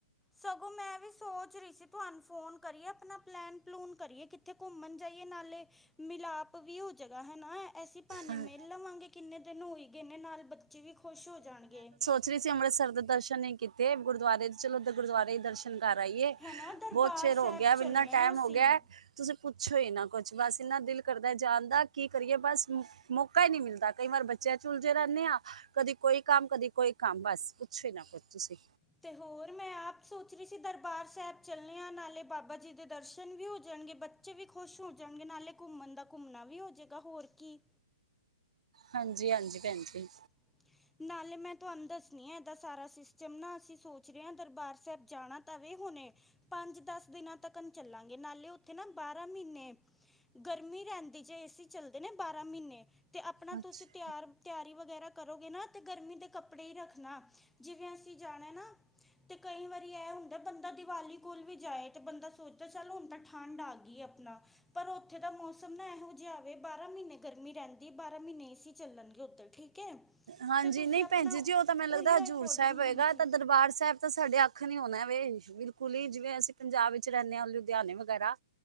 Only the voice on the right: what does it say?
ਹਾਂ-
ਚ ਰਹੀ ਸੀ ਅੰਮ੍ਰਿਤਸਰ ਦੇ ਦਰਸ਼ਨ ਨਹੀਂ ਕੀਤੇ, ਗੁਰਦੁਆਰੇ ਚਲੋ, ਤੇ ਗੁਰਦੁਆਰੇ ਈ ਦਰਸ਼ ਸ਼ਨ ਕਰ ਆਈਏ,
ਬਹੁਤ ਚਿਰ
ਹੋਗਿਆ,
ਅਬ ਇੰਨਾ ਟਾਈਮ
ਹੋਗਿਆ ਐ। ਤੁਸੀ ਪੁੱਛੋ ਹੀ ਨਾ ਕੁਛ, ਬਸ ਇੰਨਾ ਦਿਲ ਕਰਦਾ ਐ ਜਾਨ ਦਾ, ਕੀ ਕਰੀਏ ਬਸ? ਮੌਕਾ ਈ ਨਹੀਂ ਮਿਲਦਾ, ਕਈ ਵਾਰ ਬੱਚਿਆਂ'ਚ ਉਲਝੇ ਰਹਿੰਨੇਂ ਆਂ ਕਦੀ ਕੋਈ ਕੰਮ, ਕਦੀ ਕੋਈ ਕੰਮ, ਬਸ ਪੁੱਛੋ ਹੀ ਨਾ ਕੁਛ ਤੁਸੀ
ਹਾਂਜੀ-ਹਾਂਜੀ ਭੈਣ ਜੀ।
ਅੱਛਾ
ਹਾਂਜੀ,
ਨਹੀਂ
ਭੈਣ ਜੀ, ਜੀ ਉਹ ਤਾਂ ਮੈਨੂੰ
ਲੱਗਦਾ ਹਜ਼ੂਰ
ਸਾਹਿਬ ਹੋਏਗਾ,
ਤਾਂ ਦਰਬਾਰ ਸਾਹਿਬ ਤਾ ਸਾਡੇ ਅੱਖਣ ਹੀ ਹੋਨਾ ਵੇ, ਬਿਲਕੁਲ ਹੀ ਜਿਵੇਂ, ਅਸੀਂ ਪੰਜਾਬ ਵਿੱਚ ਰਹਿਣੇ ਹਾਂ, ਲੁਧਿਆਣੇ ਵਗੈਰਾ